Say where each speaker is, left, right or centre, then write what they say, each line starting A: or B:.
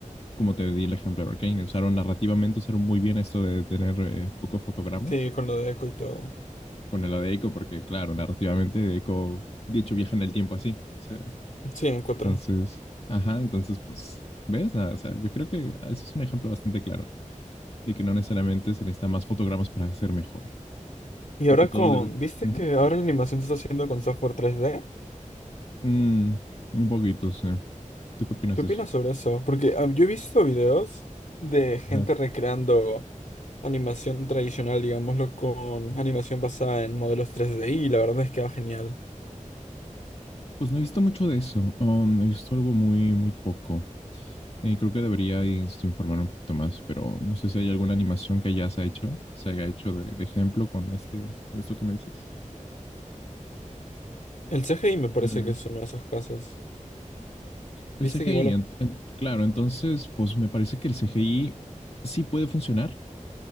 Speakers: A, on the left; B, on the left.
A: Como te di el ejemplo de Arcane, usaron narrativamente, usaron muy bien esto de tener eh, pocos fotogramas
B: Sí, con lo de Echo y todo.
A: con lo de Eiko, porque claro, narrativamente Eiko, de hecho, viaja en el tiempo así. O sea,
B: Sí, en cuatro
A: entonces, ajá, entonces, pues, ¿ves? Ah, O sea, yo creo que eso es un ejemplo bastante claro de que no necesariamente se necesitan más fotogramas para ser mejor.
B: Y
A: Creo
B: ahora
A: que todo
B: con,
A: debe...
B: ¿viste
A: Ujú.
B: que ahora la animación se está haciendo con software 3D?
A: Mm, un poquito, sí. ¿Tú qué opinas
B: ¿Qué
A: de
B: opinas
A: eso?
B: sobre eso? Porque ah, yo he visto videos de gente
A: Ajá.
B: recreando animación tradicional, digámoslo, con animación basada en modelos 3D y la verdad es que va genial.
A: Pues no he visto mucho de eso. Um, he visto algo muy, muy poco. Y creo que debería informar un poquito más, pero no sé si hay alguna animación que ya se ha hecho, se haya hecho de, de ejemplo con este, con esto que me dices.
B: El CGI me parece
A: Eh,
B: que es uno de esos casos.
A: el
B: ¿Viste
A: CGI,
B: que igual...
A: en- en- claro, entonces, pues me parece que el CGI sí puede funcionar,